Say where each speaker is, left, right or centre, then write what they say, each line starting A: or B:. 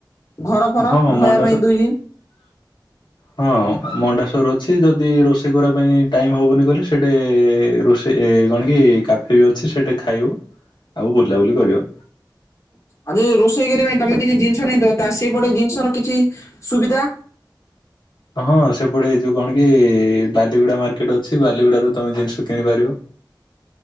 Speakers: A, on the left (about 40°); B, on the left (about 70°).
A: ଘର ଫର
B: ହଁ
A: ରହିବା
B: ମଣ୍ଡା
A: ପାଇଁ
B: ସ
A: ଦୁଇ ଦିନ।
B: ହଁ ମଣ୍ଡାସର ଅଛି ଯଦି ରୋଷେଇ କରିବା ପାଇଁ ଟାଇମ ହବନି କହିଲେ ସେ ହେଟି ରୋଷେଇ ଏ କଣ କି କା ଫି ଅଛି ସେଇଠି ଖାଇବ ଆଉ ବୁଲାବୁଲି କରିବ।
A: ଆଉ ଯଦି ରୋଷେଇ କରିବା ପାଇଁ ତମେ କିଛି ଜିନିଷ ନେଇଥିବ ତା ସେଇପଟ ଜିନିଷର କିଛି ସୁବିଧା?
B: ହଁ ସେପଟେ ଏଇ ଯୋଉ କଣ କି ବାଲିଗୁଡ଼ା ମାର୍କେଟ ଅଛି ବାଲିଗୁଡ଼ା ରୁ ତମେ ଜିନିଷ କିଣିପାରିବ।